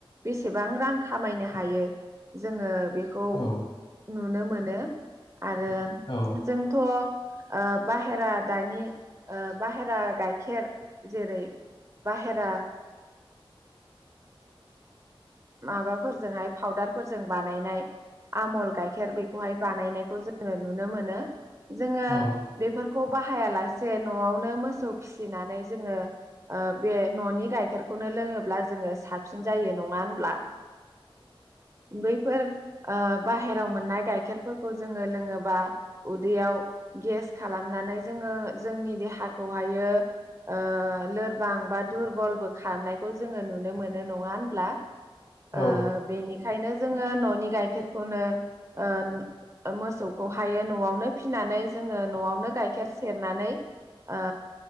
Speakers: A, on the right (about 30°); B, on the left (about 65°).
A: बेसेबां रां खामायनो हायो। जोङो बेखौ
B: औ
A: नुनो मोन नो आरो
B: औ
A: जोंथ' ओ बाहेरा दानि बाहेरा गाइखेर जेरै बाहेरा माबाफोरजोंहाय फाउदारफोरजों बानायनाय आमल गाइखेर बेखौहाय बानायनायखौ जोङो नुनो मोनो। जोङो
B: औ
A: बेफोर खौ बाहायालासे न'आवनो मोसौ फिसिनानै जोङो बे न'नि गाइखेरखौनो लोङोब्ला जोङो साबसिन जायो नङा ब्ला बैफोर ओ बाहेरायाव मोननाय गाइखेरफोरखौ जोङो लोङोबा उदैयाव गेस खालामनानै जोङो जोंनि देहाखौहायो ओ लोरबां बा दुरबलबो खालामनायखौ जोङो नुनो मोनो नङा होनब्ला ओ
B: औ
A: बेनिखायनो जोङो न'नि गाइखेरखौनो ओ मोसौखौ हायो न'आवनो फिनानै जोङो न'आवनो गाइखेर सेरनानै ओ